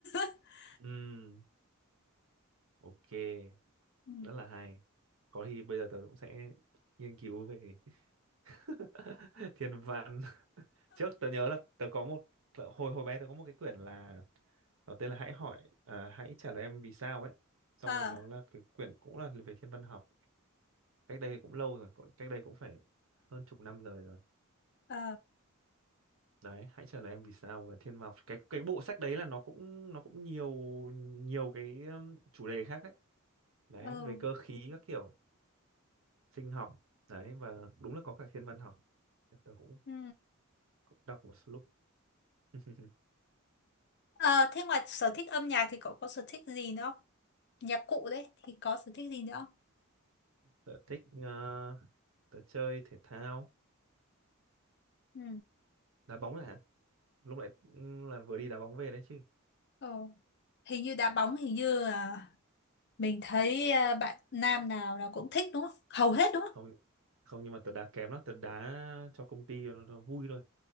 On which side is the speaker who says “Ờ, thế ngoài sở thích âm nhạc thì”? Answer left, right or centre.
Left